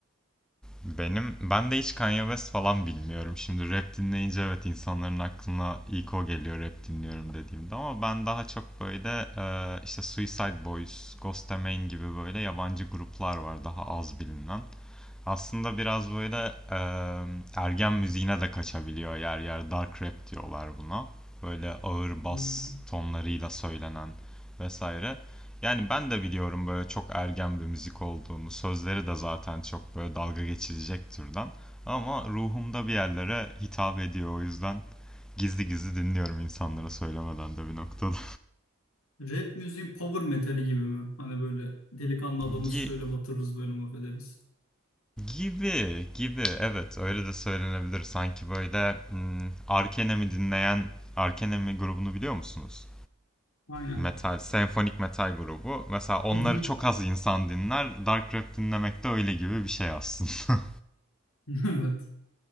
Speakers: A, in the centre; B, on the left.
A: Benim ben de hiç Kanye West falan bilmiyorum. Şimdi rap dinleyince evet insanların aklına ilk o geliyor rap dinliyorum dediğimde ama ben daha çok böyle e, işte Suicide Boys, Ghost Amine gibi böyle yabancı gruplar var daha az bilinen. Aslında biraz böyle e, ergen müziğine de kaçabiliyor yer yer. Dark rap diyorlar buna. Böyle ağır bas
B: Hmm.
A: tonlarıyla söylenen vesaire. Yani ben de biliyorum böyle çok ergen bir müzik olduğunu. Sözleri de zaten çok böyle dalga geçirecek türden. Ama ruhumda bir yerlere hitap ediyor. O yüzden gizli gizli dinliyorum insanlara söylemeden de bir noktada.
B: Rap müziğin power metali gibi mi? Hani böyle delikanlı adamız
A: <laughs>
B: şöyle
A: Gi-
B: batırırız böyle mahvederiz.
A: Gibi gibi evet öyle de söylenebilir. Sanki böyle hmm, Arkenem'i dinleyen Arkenemi grubunu biliyor musunuz?
B: Aynen.
A: Metal, senfonik metal grubu. Mesela onları
B: Hı hı.
A: çok az insan dinler. Dark rap dinlemek de öyle gibi bir şey aslında.
B: <laughs> Evet.